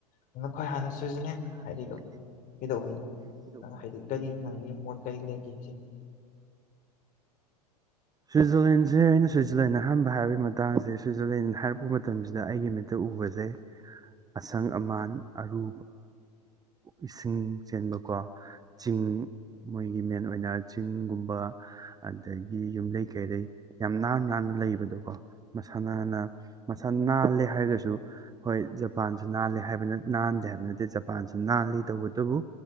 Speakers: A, on the left; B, on the right.
A: ꯅꯪꯅ ꯈ꯭ꯋꯥꯏ ꯍꯥꯟꯅ ꯁ꯭ꯋꯤꯖꯔꯂꯦꯟ
B: ꯃꯈꯣꯏ ꯍꯥꯟꯅ
A: ꯍꯥꯏꯔꯤꯗꯣ
B: ꯁꯨꯖꯤꯜꯂꯦ
A: ꯀꯩꯗꯧꯕꯩꯅꯣ
B: ꯑꯗꯨꯗꯩꯗꯅꯤ
A: ꯅꯪ ꯍꯥꯏꯗꯤ ꯀꯔꯤ ꯅꯪꯒꯤ ꯃꯣꯠ ꯀꯔꯤ ꯂꯩꯒꯦ ꯁꯤꯅꯤ
B: ꯁ꯭ꯋꯤꯖꯔꯂꯦꯟꯁꯦ ꯑꯩꯅ ꯁ꯭ꯋꯤꯖꯔꯂꯦꯟꯗ ꯑꯍꯥꯟꯕ ꯍꯥꯏꯕꯒꯤ ꯃꯇꯥꯡꯁꯦ ꯁ꯭ꯋꯤꯖꯔꯂꯦꯟ ꯍꯥꯏꯔꯛꯄ ꯃꯇꯝꯁꯤꯗ ꯑꯩꯒꯤ ꯃꯤꯠꯇ ꯎꯕꯁꯦ ꯑꯁꯪ ꯑꯃꯥꯟ ꯑꯔꯨ ꯏꯁꯤꯡ ꯆꯦꯟꯕꯀꯣ ꯆꯤꯡ ꯃꯣꯏꯒꯤ ꯃꯦꯟ ꯑꯣꯏꯅ ꯆꯤꯡꯒꯨꯝꯕ ꯑꯗꯒꯤ ꯌꯨꯝꯂꯩ ꯀꯩꯔꯩ ꯌꯥꯝ ꯅꯥꯟꯅ ꯅꯥꯟꯅ ꯂꯩꯕꯗꯣꯀꯣ ꯃꯁꯥ ꯅꯥꯟꯅ ꯃꯁꯥ ꯅꯥꯜꯂꯦ ꯍꯥꯏꯔꯒꯁꯨ ꯍꯣꯏ ꯖꯄꯥꯟꯁꯨ ꯅꯥꯜꯂꯦ ꯍꯥꯏꯕꯅ ꯅꯥꯟꯗꯦ ꯍꯥꯏꯕ ꯑꯗꯨ ꯅꯠꯇꯦ ꯖꯄꯥꯟꯁꯨ ꯅꯥꯜꯂꯤ ꯇꯧꯕꯇꯕꯨ